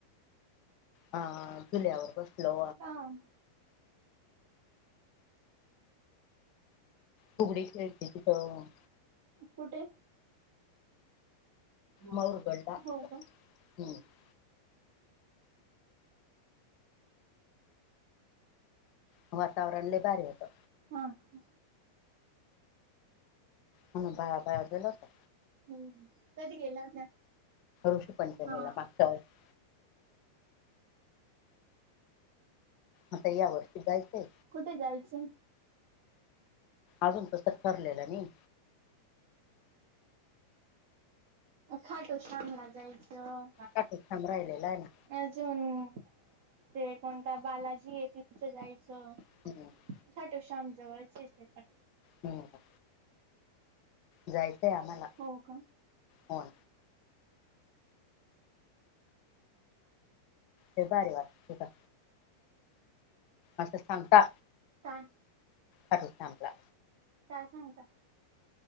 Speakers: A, on the left (about 40°); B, on the right (about 50°).
A: अ झुल्यावर बसलो
B: आम्
A: फुगडी खेळते तिथं.
B: कुठे हो
A: माऊरगडला
B: का?
A: हम्म वातावरण लय भारी होतं.
B: हा का?
A: म्हणून बाहेर बाहेर गेलो होतो
B: हम्म कधी गेलात ना?
A: ऋषी पंचमीला
B: हां.
A: मागच्या वर्षी आता या वर्षी जायचंय
B: कुठं जायचं?
A: अजून तसंच ठरलेलं नी.
B: खाटु शामला जायचं.
A: काटेक्षम राहिलेला आहे ना
B: अजून म ते कोणता बालाजी तिथं जायचं.
A: <unintelligible>
B: खाटूश्याम जवळच येते पण.
A: नाय आता. जायचंय आम्हाला.
B: हो का?
A: आ हा. लय भारी वाट तिथं. असं सांगता
B: काय
A: खरू थांबला
B: काय सांगता